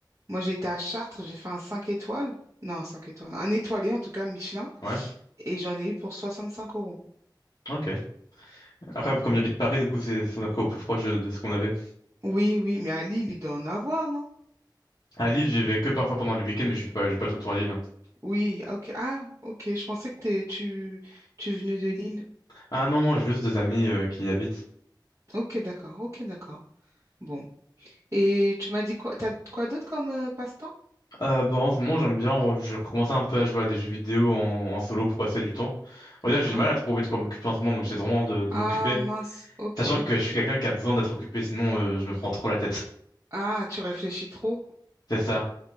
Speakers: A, on the right; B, on the left.
A: Moi, j'étais à Chartres, j'ai fait un 5 étoiles. Non, un 5 étoiles. Un étoilé, en tout cas, Michelin.
B: Ouais,
A: Et j'en ai eu pour 65 euros.
B: ok. Après, comme j'habite Paris, du coup, c'est c'est- on a pris au plus proche de, de ce qu'on avait.
A: Oui, oui, mais à Lille, il doit en avoir, non?
B: À Lille, j'y vais que parfois pendant les week-ends, mais je suis pas, je suis pas tout le temps à Lille. hein.
A: Oui, ah, ok. Ah, ok, je pensais que t'es- tu, tu venais de Lille.
B: Ah non, non, j'ai juste des amis euh, qui y habitent.
A: Ok, d'accord, ok, d'accord. Bon. Et tu m'as dit quoi? T'as quoi d'autre comme euh, passe-temps?
B: Euh, bah, en ce moment, j'aime bien, euh, je recommençais un peu à jouer à des jeux vidéo en, en solo pour passer du temps. On
A: D'accord.
B: va dire, j'ai du mal à trouver de quoi m'occuper en ce moment, donc j'essaie vraiment de, de
A: Ah
B: m'occuper.
A: mince, ok.
B: Sachant que je suis quelqu'un qui a besoin d'être occupé, sinon euh, je me prends trop la tête.
A: Ah, tu réfléchis trop?
B: <laughs> C'est ça.